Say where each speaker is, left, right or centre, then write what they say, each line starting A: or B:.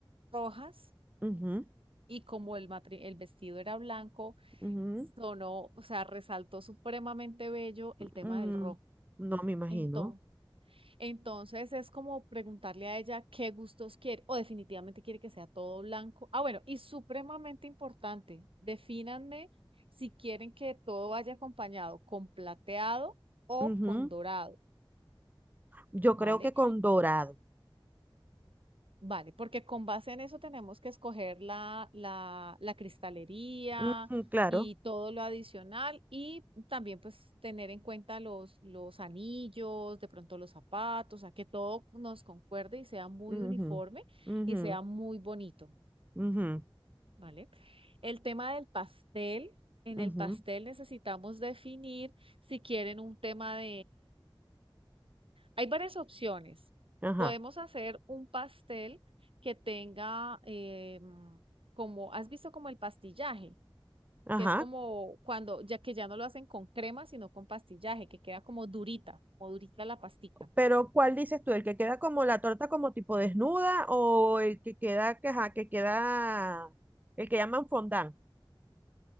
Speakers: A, on the right (about 80°); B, on the right (about 20°).
A: rojas
B: ujú,
A: y como el, matri- el vestido era blanco
B: ujú,
A: sonó, o sea, resaltó supremamente bello el tema
B: ujú.
A: del rock.
B: No me imagino.
A: Entonces, entonces es como preguntarle a ella qué gustos quiere o definitivamente quiere que sea todo blanco. Ah, bueno, y supremamente importante, defínanme si quieren que todo vaya acompañado con plateado o
B: Ujú,
A: con
B: ujú.
A: dorado,
B: Yo
A: ¿vale?
B: creo que con dorado.
A: Vale, porque con base en eso tenemos que escoger la, la, la cristalería
B: Ujú, claro.
A: y todo lo adicional y también pues tener en cuenta los, los anillos, de pronto los zapatos, a que todo nos concuerde y sea muy
B: Ujú,
A: uniforme
B: ujú,
A: y sea muy bonito,
B: ujú,
A: ¿vale? El tema del pastel, en
B: ujú.
A: el pastel necesitamos definir si quieren un tema hay varias opciones.
B: Ajá,
A: Podemos hacer un pastel que tenga, eh, mm, como, ¿has visto como el pastillaje?
B: ajá.
A: Que es como cuando, ya que ya no lo hacen con crema, sino con pastillaje, que queda como durita, como durita la pastica.
B: Pero ¿cuál dices tú? ¿El que queda como la torta como tipo desnuda o el que queda, que, ajá, que queda, el que llaman fondant?